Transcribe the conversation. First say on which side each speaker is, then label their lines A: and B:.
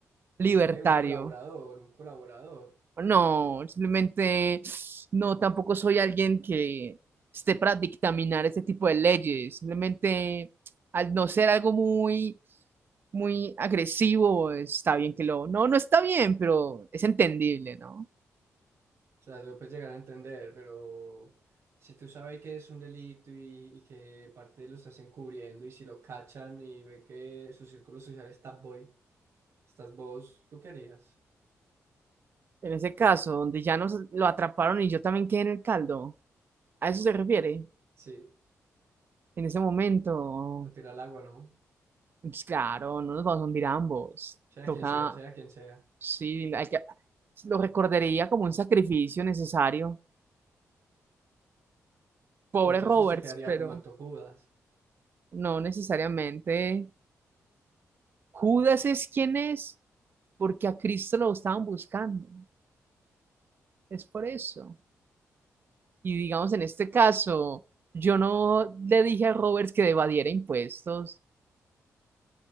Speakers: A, on the right (about 40°); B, on the right (about 60°).
A: Libertario.
B: un qué, un colaborador, un colaborador.
A: No,
B: Ah, que,
A: simplemente no, tampoco soy alguien que esté para dictaminar este tipo de leyes. Simplemente al no ser algo muy, muy agresivo, está bien que lo... No, no está bien, pero es entendible, ¿no?
B: O sea, lo puedes llegar a entender, pero si tú sabes que es un delito y, y que parte lo estás encubriendo y si lo cachan y ven que su círculo social está boy, estás vos, ¿tú qué harías?
A: En ese caso, donde ya nos lo atraparon y yo también quedé en el caldo, ¿a eso se refiere?
B: Sí,
A: En ese momento,
B: lo tira al agua, ¿no?
A: pues claro, no nos vamos a hundir ambos.
B: Sea
A: Toca,
B: quien sea, sea quien sea.
A: sí, hay que, lo recordaría como un sacrificio necesario. Pobre
B: Pero entonces
A: Roberts,
B: usted quedaría
A: pero
B: como alto Judas.
A: no necesariamente. Judas es quien es, porque a Cristo lo estaban buscando. Es por eso. Y digamos, en este caso, yo no le dije a Roberts que evadiera impuestos.